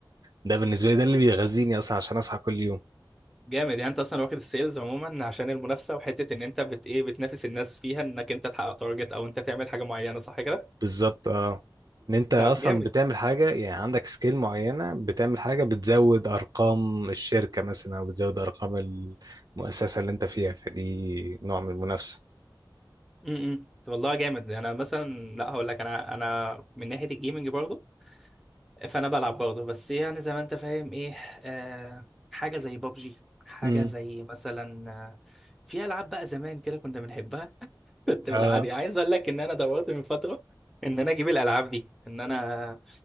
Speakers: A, on the right; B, in the centre.
A: ده بالنسبه لي ده اللي بيغذيني اصلا عشان اصحى كل يوم
B: جامد يعني انت اصلا واخد السيلز عموما عشان المنافسة وحتة ان انت بت ايه بتنافس الناس فيها انك انت تحقق تارجت او انت تعمل حاجة معينة صح كده؟
A: بالظبط اه ان انت اصلا
B: طب جامد
A: بتعمل حاجه يعني عندك سكيل معينه بتعمل حاجه بتزود ارقام الشركه مثلا او بتزود ارقام المؤسسه اللي انت فيها فدي نوع من المنافسه
B: امم والله جامد انا مثلا لا هقول لك انا انا من ناحيه الجيمنج برضه فانا بلعب برضه بس يعني زي ما انت فاهم ايه آه حاجه زي بابجي حاجه
A: امم
B: زي مثلا آه في العاب بقى زمان كده كنا بنحبها <laughs> كنت بالعادي
A: اه
B: عايز اقول لك ان انا دورت من فتره ان انا اجيب الالعاب دي ان انا